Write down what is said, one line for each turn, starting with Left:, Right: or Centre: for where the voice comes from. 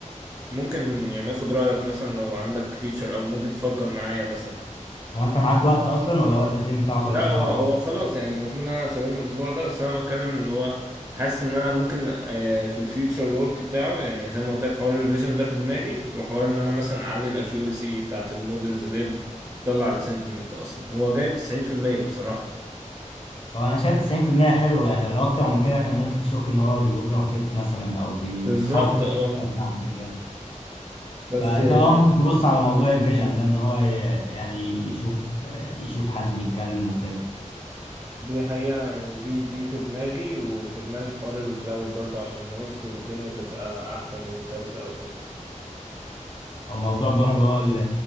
Right: ممكن يعني ناخد رأيك مثلا لو عندك فيتشر او ممكن تفكر معايا مثلا
Left: هو انت معاك وقت اصلا ولا هو التسليم بتاعه
Right: لا
Left: خلاص
Right: هو
Left: اه
Right: هو خلاص يعني المفروض ان انا اسلمه الاسبوع ده بس انا بتكلم اللي هو حاسس ان انا ممكن آه، في الفيوتشر وورك بتاعه يعني زي ما قلت لك حوار الفيجن ده في دماغي وحوار ان انا مثلا اعلي الاكيورسي بتاعت المودلز اللي هي بتطلع السنتمنت اصلا هو جايب 90% بصراحة
Left: هو انا شايف 90% حلو يعني لو اكتر من كده كان ممكن تشك ان هو بيوفر فيت مثلا او بي-
Right: بالظبط
Left: بيحافظ
Right: اه
Left: على بتاعتك يعني
Right: بس
Left: فانت
Right: آه،
Left: اه ممكن تبص على موضوع الفيجن ده ان هو ي- يعني يشوف يشوف حد بيتكلم وكده
Right: دي حقيقة يعني دي دي في دماغي وفي دماغي حوار الكلاود برضه عشان الهوست والدنيا تبقى احسن وسلسة اكتر
Left: او موضوع برضه هو ال-